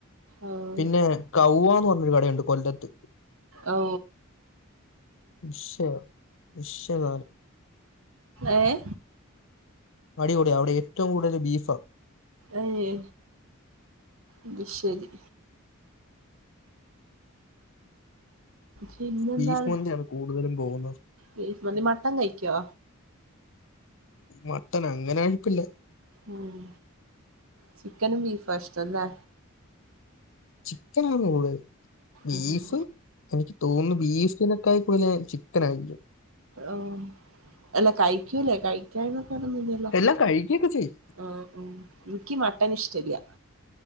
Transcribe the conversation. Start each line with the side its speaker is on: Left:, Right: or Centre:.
Right: ഓഹ്
Left: പിന്നെ കൗവന്ന് പറഞ്ഞൊരു കടയുണ്ട് കൊല്ലത്ത്
Right: ഓ
Left: ഷെവ ഷെവ
Right: ഏഹ
Left: അടിപൊളിയാ അവിടേറ്റവും കൂടുതല് ബീഫാ
Right: ഏഹ് അത്ശെരി പിന്നെന്താണ്
Left: ബീഫ് മന്തിയാണ് കൂടുതലും പോകുന്നത്
Right: ബീഫ് മന്തി മട്ടൻ കയിക്കോ
Left: മട്ടനങ്ങനഴിക്കില്ല
Right: ഉം ചിക്കനും ബീഫുആ ഇഷ്ടം ല്ലേ
Left: ചിക്കനാണ് കൂടുതൽ ബീഫ്
Right: ഉം
Left: എനിക്ക് തോന്നുന്നു ബീഫിനെക്കായ് കൂടുതൽ ഞാൻ ചിക്കനായിരിക്കും
Right: ഉം അല്ല കയിക്കൂല്ലേ കയിക്കാന്നാ പടൊന്നില്ലല്ലോ
Left: എല്ലാം കഴിക്കൊക്കചെയ്യും
Right: ആ ഉം എനിക്ക് മട്ടനിഷ്ടല്ല